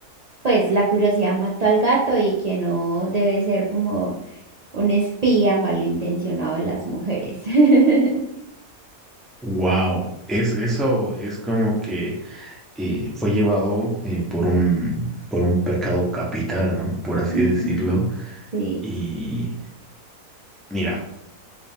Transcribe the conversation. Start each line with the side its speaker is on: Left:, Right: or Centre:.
Right: pues la curiosidad mató al gato y que no debe ser como un espía malintencionado de las mujeres. <laughs>
Centre: Wow. Es, eso es como que eh, fue llevado eh, por un, por un pecado capital, ¿no? Por así
Right: Ujú.
Centre: decirlo.
Right: Sí.
Centre: Y mira,